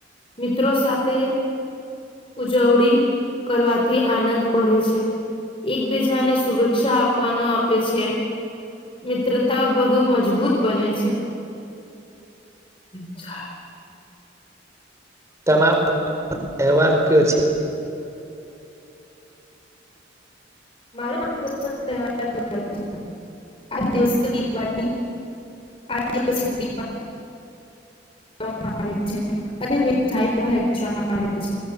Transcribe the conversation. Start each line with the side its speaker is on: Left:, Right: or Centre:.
Left: મિત્રો સાથે ઉજવણી કરવાથી, આનંદ મળે છે. એકબીજાને શુભેચ્છા આપવાનો આવે છે. મિત્રતા બધુ મજબૂત બને છે. અચ્છા.
Right: તમારો તહેવાર કયો છે?
Left: મારો તહેવાર દિવાળી છે. <unintelligible> આ દિવસે દીવાળી <unintelligible> આવે છે અને મીઠાઈ વહેચવામાં આવે છે.